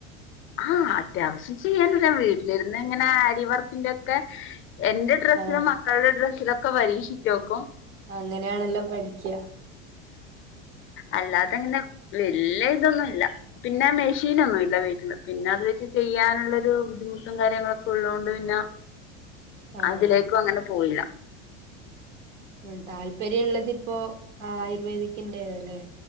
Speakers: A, on the left; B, on the right.
A: ആഹ്, അത്യാവശ്യംചെയ്യാനറിയാ വീട്ടിലിരുന്ന്- ങ്ങനെആരിവർക്കിന്റോക്കെഎന്റെ- ഡ്രസ്സിലും
B: ആഹ്
A: മക്കളുടെ ഡ്രസ്സിലൊക്കെ പരീക്ഷിച്ച്നോക്കും.
B: അങ്ങനെയാണല്ലോപഠിക്ക.
A: അല്ലാത്തങ്ങനെവല്ല്യതൊന്നുല്ല. പിന്നെ മെഷീനൊന്നുല്ലവീട്ടില്. പിന്നെ അത് വെച്ച് ചെയ്യാനുള്ളൊരു ബുദ്ധിമുട്ടും കാര്യങ്ങളൊക്കെ ഉള്ളതുകൊണ്ട്, പിന്നെ-
B: ആഹ്
A: അതിലേക്കും അങ്ങനെ പോയില്ല.
B: ഉം ട്ടാല്പര്യം ഉള്ളതിപ്പോ ആയുർവേദിക്കിന്റെണ്ല്ലെ